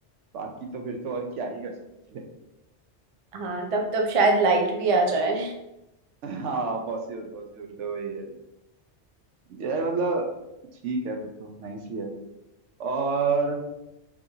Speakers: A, on the right; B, on the right.
A: बाकी तो फिर तो और क्या ही कर सकते हैं
B: हाँ तब तब शायद लाइट भी आ जाए
A: <laughs> हाँ पॉसिबल पॉसिबल तो वही है यार मतलब ठीक है फिर तो नाइस ही है और